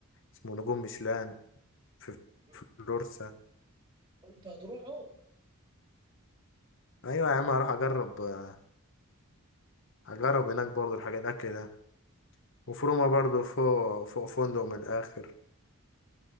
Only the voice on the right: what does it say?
احمد
انت هتروحه